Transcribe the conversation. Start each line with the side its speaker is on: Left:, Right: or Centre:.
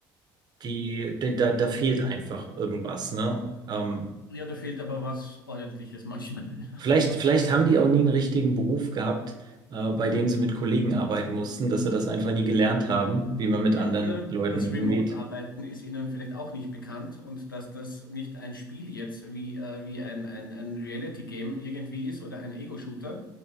Right: die, die da, da fehlt einfach irgendwas, ne? Ähm,
Left: ja, da fehlt aber was Ordentliches manchmal.
Right: Vielleicht,
Left: <laughs>
Right: vielleicht haben die auch nie einen richtigen Beruf gehabt, äh, bei dem sie mit Kollegen arbeiten mussten, dass sie das einfach nie gelernt haben, wie man mit
Left: Ja,
Right: anderen
Left: oder
Right: Leuten
Left: das Remote-Arbeiten
Right: umgeht.
Left: ist Ihnen vielleicht auch nicht bekannt und dass das nicht ein Spiel jetzt wie, äh, wie ein, ein, ein Reality-Game irgendwie ist oder ein Ego-Shooter,